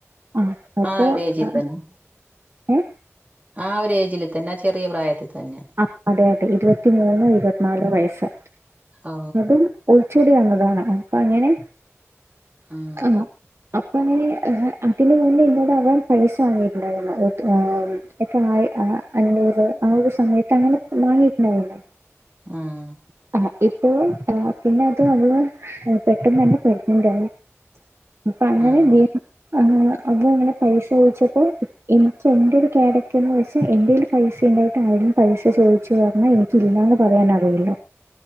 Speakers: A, on the right (about 60°); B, on the right (about 30°).
A: ആഹ് അപ്പൊ
B: ആ ഒരു ഏജിൽ
A: അ
B: തന്നെ
A: ഏ
B: ആ ഒരു ഏജിൽ തന്നെ ആ ചെറിയ പ്രായത്തിൽ തന്നെ
A: ആ അതെ അതെ ഇരുപത്തി മൂന്നും ഇരുപത്തിനാലോ വയസ്സ്‌
B: ഓ
A: അതും ഒളിച്ചോടി വന്നതാണ് അപ്പൊ അങ്ങനെ
B: ഉം
A: ആ അപ് അങ്ങനെ അതിന് മുന്നേ എന്നോടവൻ പൈസ വാങ്ങിയിട്ടുണ്ടായിരുന്നു എത്ര ഏഹ് എത്ര ആയി ആ അഞ്ഞൂറ് ആ ഒരു സമയ ഉപ്പ് മാങ്ങാ ഇട്ട് അവിടെ
B: ഉം
A: ആഹ്. ഇപ്പോൾ പിന്നെ അത് അവള് ഏ പെട്ടെന്ന് തന്നെ പ്രെഗ്നന്റ് ആയി അപ്പ അങ്ങനെ
B: ഉം
A: ലീ ആഹ് അപ്പോ അങ്ങനെ പൈസ ചോയിച്ചപ്പ ഇൻക്ക് എന്റെ ഒരു ക്യാരക്ടർന്ന് വെച് എന്റെയ്ല് പൈസേണ്ടായിട്ട് ആരും പൈസ ചോദിച്ചു വന്നാൽ എനിക്കില്ലാന്ന് പറയാനറിയില്ല.